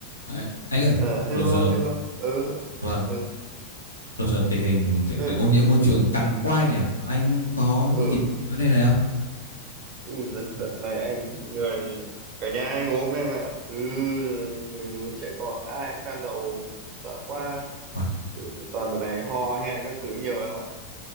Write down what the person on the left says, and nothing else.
À, anh ơi,
đồ giờ
và
đồ giờ tình hình thế-
ô nhiễm môi trường căng quay nhỉ? Anh có
ý kiến gì vấn đề này không?
Uầy,